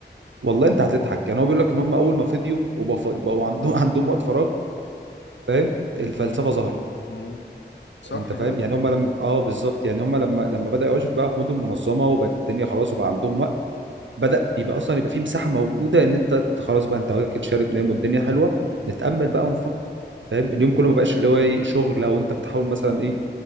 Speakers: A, on the right (about 85°); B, on the left (about 75°).
A: والله أنت هتضحك يعني هو بيقول لك إن هم أول ما فضيوا وبقوا بقوا عندهم عندهم وقت فراغ فاهم الفلسفة
B: مم.
A: ظهرت
B: مم. صح
A: انت فاهم
B: كده
A: يعني هم لما اه بالظبط يعني هم لما لما بدأ يعيشوا بقى في مدن منظمه وبقت الدنيا خلاص وبقى عندهم وقت بدأ
B: مم.
A: يبقى اصلا يبقى في مساحه موجوده ان انت خلاص بقى انت واكل شارب نايم والدنيا حلوه نتأمل بقى ونفكر فاهم اليوم كله ما بقاش اللي هو ايه شغل او انت بتحاول مثلا ايه